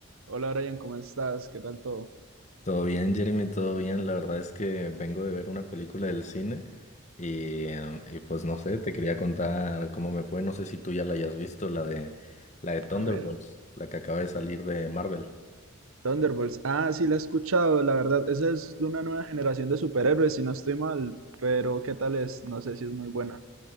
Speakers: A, on the right; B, on the left.
A: Hola Brian, ¿cómo estás? ¿Qué tal todo?
B: Todo bien, Jeremy, todo bien. La verdad es que vengo de ver una película del cine y, em, y pues no sé, te quería contar cómo me fue. No sé si tú ya la hayas visto, la de la de Thunderbolts,
A: A ver,
B: la que acaba de salir de Marvel.
A: Thunderbolts. Ah, sí, la he escuchado, la verdad. Esa es de una nueva generación de superhéroes, si no estoy mal. Pero, ¿qué tal es? No sé si es muy buena.